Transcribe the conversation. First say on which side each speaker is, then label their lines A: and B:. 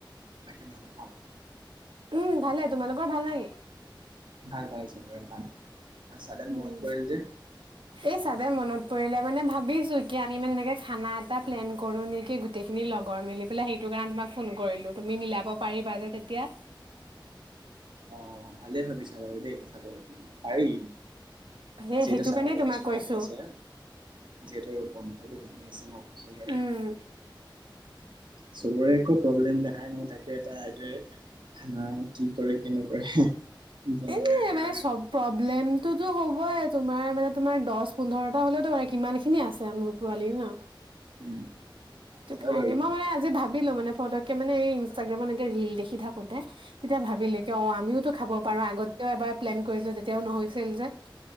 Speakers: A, on the right; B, on the right.
A: বাকী মাহঁতৰ ভাল?
B: উম, ভালে তোমালোকৰ ভাল নে কি?
A: ভাল ভাল চবৰে ভাল, আজি চাডেন
B: উম।
A: মনত পৰিল যে।
B: এই চাদেন মনত পৰিলে মানে ভাবিছো, কি আমি মানে এনেকে খানা এটা প্লেন কৰো নেকি গো গোটেইখিনি লগৰ মিলি পেলাই সেইটো কাৰণে তোমাক ফোন কৰিলোঁ তুমি মিলাব পাৰিবা যে তেতিয়া।
A: অ, ভালেই ভাবিছা। বাৰু দেই কথাটো পাৰি,
B: সেই
A: যিহেতু
B: সেইটো
A: চামাৰ
B: কাৰণে
A: ভেকেচনো
B: তোমাক কৈছো।
A: আহি আছে। যিহেতু বন্ধৰ দিন আহি আছে ন। চবৰে
B: উম।
A: চবৰে একো প্ৰব্লেম দেখাই নহয় থাকে এটা সেইটোয়ে। খানা কি কৰে কি নকৰে বনোৱা
B: এই
A: কৰা।
B: মানে চব প্ৰব্লেমটোতো হ'বই তোমাৰ মানে তোমাৰ দহ পোন্ধৰটা হ'লেওতো কিমানখিনি আছে পোৱালি ন।
A: উম।
B: ত'
A: হয়
B: কাৰণে
A: বাৰু
B: মই মানে আজি ভাবিলো মানে ফটকে মানে এই ইনষ্টাগ্ৰামত এনেকে ৰিল দেখি থাকোতে। তেতিয়া ভাবিলো কিয় অ' আমিওতো খাব পাৰো আগতেও এবাৰ প্লেন কৰিছিলো তেতিয়াও নহৈছিল যে।